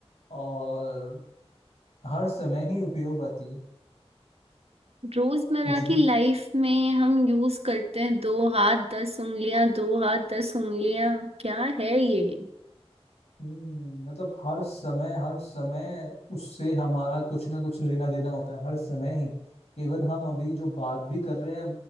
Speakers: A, on the left; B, on the right.
A: और हर समय ही उपयोग आती है
B: रोजमर्रा
A: कुछ
B: की
A: भी
B: लाइफ में हम यूज करते हैं दो हाथ दस उंगलियां दो हाथ दस उंगलियां क्या है ये
A: हम्म, मतलब हर समय हर समय उससे हमारा कुछ ना कुछ लेना देना होता है हर समय ही इवन हम अभी जो बात भी कर रहे हैं